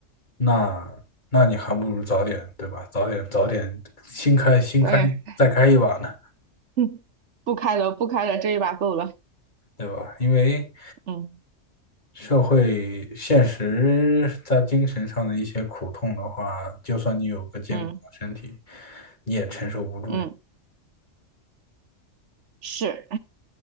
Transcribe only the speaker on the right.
对，<laughs> 不开了不开了，这一把够了。
嗯
嗯
嗯，是